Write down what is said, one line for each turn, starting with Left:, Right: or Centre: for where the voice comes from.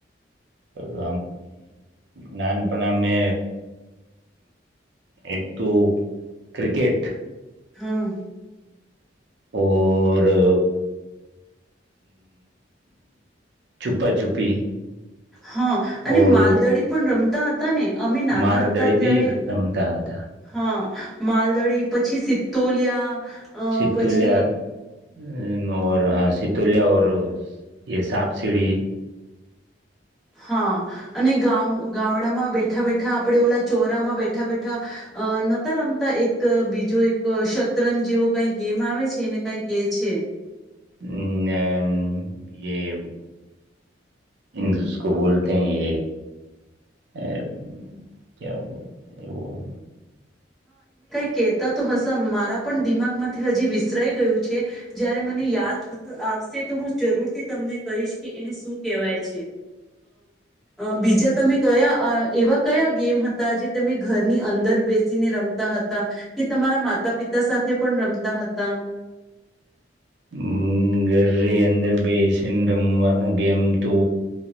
Right: <inaudible> બાડપણા મે એક તો ક્રિકેટ
Centre: હા
Right: ઓર અ છુપા છુપી
Centre: હા
Right: ઓર
Centre: અને માલદડી પણ રમતા હતા ને, અમે નાના
Right: મારદડી
Centre: હતા ત્યારે
Right: બી રમતા હતા
Centre: હા માલદડી પછી સિત્તોલિયા અ
Right: સીતોલયા
Centre: પછી
Right: હ હા સિતોલ્યા ઓર યે સાપ સીડી
Centre: હા અને ગાવ ગામડામાં બેઠ બેઠા બેઠા આપડે ઓલા ચોરામાં બેઠા બેઠા નતા રમતા એક અહ બીજો એક શતરંજ જેવો કાઈ ગેમ આવે છે ને કાઈક કે છે.
Right: <unintelligible> યે જિસકો બોલતે હૈ યેહ ક્યા બોલ
Centre: કેતા તો હસન મારા પણ દિમાગ માંથી હજી વિસરાઈ ગયું છે, જયારે મને યાદ આવશે તો હું જરૂરથી તમને કહીશ કે, એને શું કેહેવાય છે. અહ બીજા તમે કયા અહ એવા કયા ગેમ હતા જે તમે ઘરની અંદર બેસી ને રમતા હતા, કે તમારા માતા પિતા સાથે પણ રમતા હતા.
Right: ઉમ્મ ઘરની અંદર બેસીન રમવાનું ગેમ તો